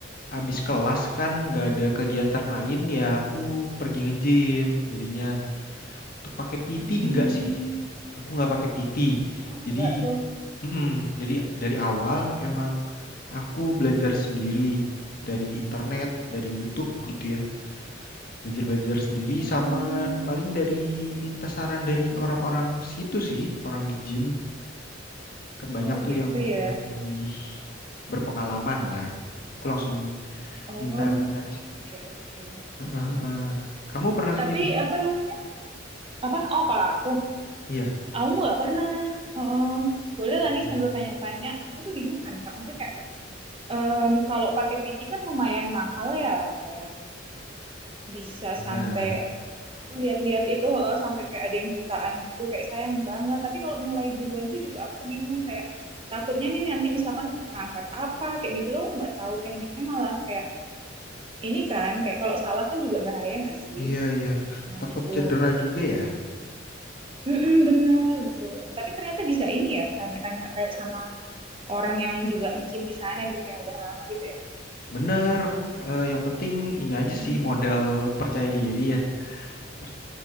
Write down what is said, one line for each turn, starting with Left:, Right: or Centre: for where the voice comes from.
Right: Mm-mm.
Left: abis kelas kan nggak ada kegiatan lain ya aku pergi nge-gym. Jadinya untuk pakai PT
Right: Hmm.
Left: nggak sih. Aku nggak pakai PT.
Right: Oh
Left: Jadi
Right: enggak tuh.
Left: Mm-mm. Jadi dari awal emang aku belajar sendiri dari internet, dari YouTube gitu ya. Belajar-belajar sendiri
Right: Oh,
Left: sama paling dari minta saran dari orang-orang situ sih, orang di gym. Kan banyak
Right: oh
Left: tuh
Right: gitu
Left: yang
Right: ya.
Left: udah lebih berpengalaman. Nah, aku langsung
Right: Oh,
Left: minta-minta. Eh,
Right: oke oke.
Left: eh, eh, Kamu pernah nge-gym?
Right: Tapi apa namanya? apa oh kalau aku
Left: Iya.
Right: aku nggak pernah Heeh. boleh lah
Left: Oh,
Right: nih sambil tanya-tanya aku tuh bingung kan kak maksudnya kayak em, kalau pakai PT kan lumayan mahal ya kayak bisa
Left: benar.
Right: sampai aku lihat-lihat itu heeh, sampai kayak ada yang jutaan gitu kayak sayang banget tapi kalau mulai duluan tuh juga aku bingung kayak takutnya nih nanti misalkan ngangkat apa kayak gitu tuh aku nggak tahu tekniknya malah kayak ini kan kayak kalau salah kan juga bahaya nggak sih
Left: Iya, iya.
Right: nah
Left: Takut
Right: gitu
Left: cedera juga ya.
Right: mm bener gitu. Tapi ternyata bisa ini ya, tanya-tanya kayak sama orang yang juga nge-gym di sana gitu yang udah lama gitu ya.
Left: Bener, eh, yang penting ini aja
Right: Mhm.
Left: sih modal percaya diri ya. Per-